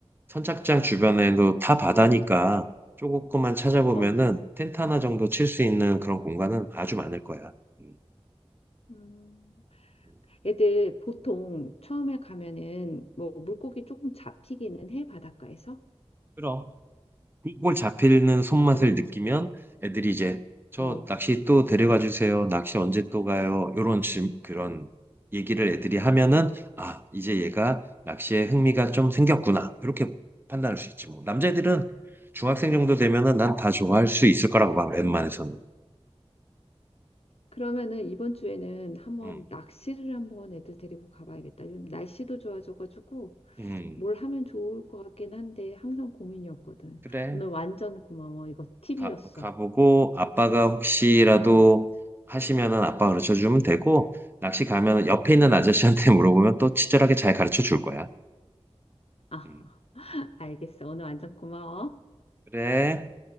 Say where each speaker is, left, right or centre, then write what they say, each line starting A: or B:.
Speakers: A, on the right; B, on the left.
A: 선착장 주변에도 다 바다니까 조금만 찾아보면은
B: 어.
A: 텐트 하나 정도 칠 수 있는 그런 공간은 아주 많을 거야. 음.
B: 음.
A: 음.
B: 애들 보통 처음에 가면은 뭐 물고기 조금 잡히기는 해, 바닷가에서?
A: 그럼. 꿀꿀 잡히는 손맛을
B: 아, 그래?
A: 느끼면 애들이 이제 저
B: 어.
A: 낚시 또 데려가 주세요. 낚시 언제 또 가요? 요런 질 그런 얘기를 애들이 하면은 아, 이제 얘가 낚시에 흥미가 좀 생겼구나. 이렇게 판단할 수 있지 뭐. 남자애들은 중학생 정도 되면은 난 다 좋아할 수 있을 거라고 봐. 웬만해서는.
B: 그러면은 이번 주에는 한번
A: 음.
B: 낚시를 한번 애들 데리고 가봐야겠다. 요즘 날씨도 좋아져가지고
A: 음.
B: 뭘 하면 좋을 것 같긴 한데 항상 고민이었거든.
A: 그래.
B: 오늘 완전 고마워. 이거 팁이었어.
A: 가 가보고 아빠가 혹시라도
B: 아,
A: 하시면은 아빠 가르쳐 주면 되고 낚시 가면은 옆에 있는
B: 응.
A: 아저씨한테 <laughs> 물어보면 또 친절하게 잘 가르쳐 줄 거야.
B: 아,
A: 음.
B: <laughs> 알겠어. 오늘 완전 고마워.
A: 그래.